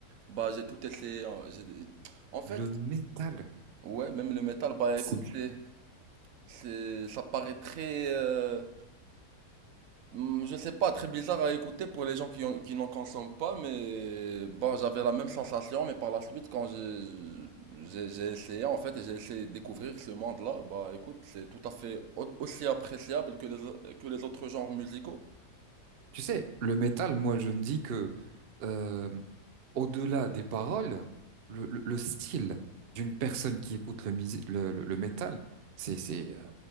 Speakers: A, on the right (about 65°); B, on the right (about 80°).
A: Bah j'ai tout essayé. hein, j'ai- En fait,
B: le métal,
A: Ouais, même le métal, bah
B: c'est...
A: écoute, c'est, c'est, ça paraît très, euh, hmm, je sais pas, très bizarre à écouter pour les gens qui ont- qui n'en consomment pas, mais bon, j'avais la même sensation, mais par la suite, quand j'ai, j'ai, j'ai essayé en fait, et j'ai essayé de découvrir ce monde-là, bah écoute, c'est tout à fait au- aussi appréciable que les, au- que les autres genres musicaux.
B: Tu sais, le métal, moi, je me dis que euh, au-delà des paroles, le, le- le style d'une personne qui écoute le, musi- le, le- le métal, c'est, c'est, euh,